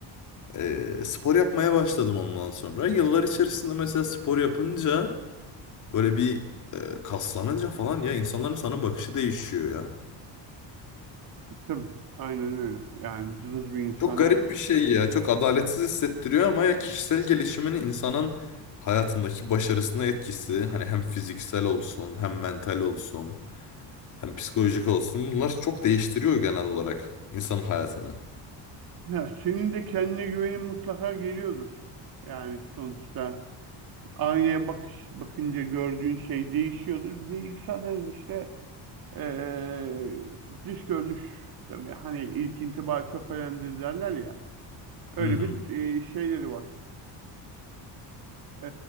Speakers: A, on the left (about 45°); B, on the right (about 50°).
A: e, spor yapmaya başladım ondan sonra. Yıllar içerisinde mesela spor yapınca böyle bir e, kaslanınca falan ya insanların sana bakışı değişiyor ya.
B: Tabii. Aynen öyle. Yani cılız bir insana.
A: Çok garip bir şey ya. Çok adaletsiz hissettiriyor ama ya kişisel gelişimin insanın hayatındaki başarısına etkisi hani hem fiziksel olsun hem mental olsun hem psikolojik olsun bunlar çok değiştiriyor genel olarak insanın hayatını.
B: Ya senin de kendine güvenin mutlaka geliyordur. Yani sonuçta aynaya bakış bakınca gördüğün şey değişiyordur. Bir de insanların işte eee dış görünüş tabii hani ilk intiba çok önemlidir derler ya. Öyle
A: Hı hı.
B: bir eee, şeyleri var. Ee,